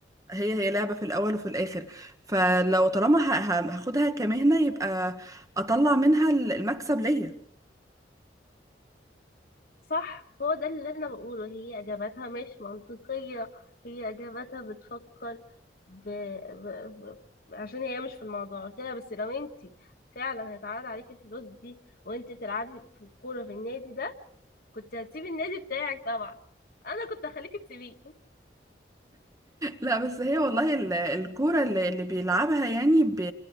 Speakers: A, on the right; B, on the left.
A: هي هي لعبة في الأول وفي الآخر فلو طالما ه- ه- هاخدها كمهنة يبقى أطلع منها المكسب ليا
B: صح هو ده اللي انا بقوله هي اجاباتها مش منطقية هي اجاباتها بتفكر ب... ب... ب... عشان هي مش في الموضوع قلت لها بس لو انت فعلا هيتعرض عليكي الفلوس دي وانت تلعبي في الكورة في النادي ده كنت هتسيبي النادي بتاعك طبعا انا كنت هخليكي تسيبيه
A: لا بس هي والله ال- الكورة اللي اللي بيلعبها يعني ب...